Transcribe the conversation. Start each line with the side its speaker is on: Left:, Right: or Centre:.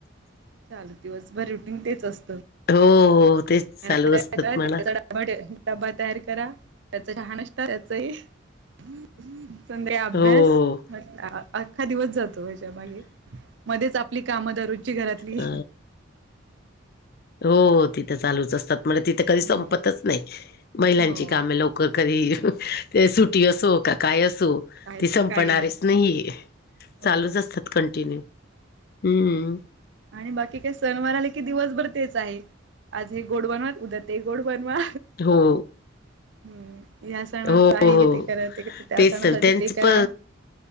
Right: चालू दिवसभर रुटीन तेच असतं.
Left: हो हो तेच.
Right: <inaudible> <unintelligible> डबा
Left: चालू असतात म्हणा
Right: तयार करा, त्याचं चहा नाश्ता, त्याचं हे संध्याकाळी अभ्यास
Left: हो
Right: म अख्खा दिवस जातो ह्याच्या मागे. मध्येच आ ली कामं दररोजची घरातली.
Left: अ हो तिथं चालूच असतात, म्हणजे तिथं कधी संपतच
Right: हो
Left: नाहीत महिलांची
Right: हो
Left: कामे लव क कधी ते सुटी असो, का काय असो.
Right: काय
Left: ते
Right: सो
Left: संपणारेच
Right: काही नाही
Left: नाहीये,
Right: हो
Left: चालूच असतात कंटिन्यू. हं.
Right: आणि बाकी काय सनवार आले की की दिवसभर तेच आहे, आज हे गोड बनवा, उद्या ते गोड बनवा.
Left: हो.
Right: हं ह्या सणाच
Left: हो
Right: आहे
Left: हो
Right: हे ते करा, ते कसं त्या
Left: तेच
Right: सणासाठी
Left: त्यांच
Right: ते करा.
Left: प